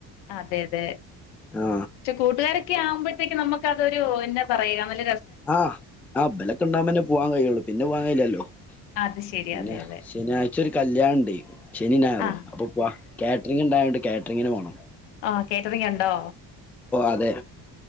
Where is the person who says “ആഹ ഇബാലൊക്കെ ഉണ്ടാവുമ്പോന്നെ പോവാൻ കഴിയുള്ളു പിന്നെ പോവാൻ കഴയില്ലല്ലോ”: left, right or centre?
Centre